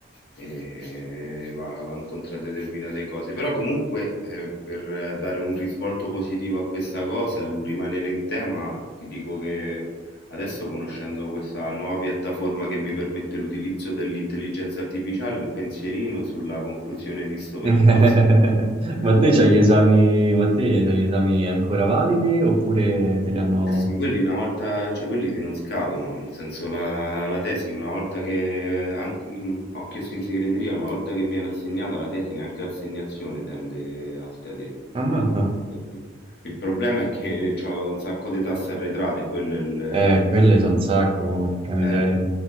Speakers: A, on the left; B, on the right.
A: eh, va, va incontro a determinate cose. Però comunque eh, per eh, dare un risvolto positivo a questa cosa, e rimanere in tema, ti dico che Adesso conoscendo questa nuova piattaforma che mi permette l'utilizzo dell'intelligenza artificiale, un pensierino sulla conclusione di sto percorso
B: <laughs>
A: me lo sto facendo.
B: Ma te c'hai gli esami, ma te c'hai gli esami ancora validi oppure te li hanno...
A: Eh sì, quelli una volta, cioè quelli si non scadono, nel senso la, la tesi una volta che, anche- mh, ho chiesto in segreteria, una volta che viene assegnata la tesi neanche l'assegnazione tende a scadere,
B: Ammazza.
A: da quello che ho capito. Il problema è che ho un sacco di tasse arretrate, quello è il...
B: Eh, quelle sono un sacco, porca miseria.
A: eh.